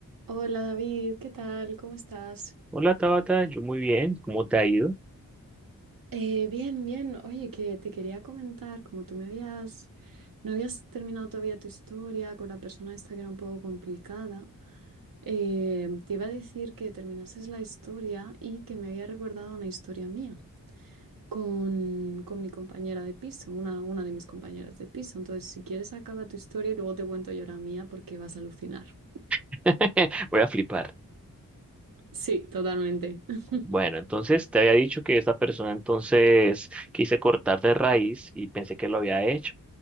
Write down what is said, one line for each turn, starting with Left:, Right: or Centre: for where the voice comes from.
Right: Hola David, ¿qué tal? ¿Cómo estás?
Centre: Hola Tabata, yo muy bien, ¿cómo te ha ido?
Right: Eh, bien, bien. Oye, que te quería comentar, como tú me habías, no habías terminado todavía tu historia con la persona esta que era un poco complicada, eh, te iba a decir que terminases la historia y que me había recordado una historia mía con, con mi compañera de piso, una, una de mis compañeras de piso. Entonces, si quieres, acaba tu historia y luego te cuento yo la mía porque vas a alucinar.
Centre: <laughs> Voy a flipar.
Right: Sí, totalmente. <laughs>
Centre: Bueno, entonces te había dicho que esta persona entonces quise cortar de raíz y pensé que lo había hecho,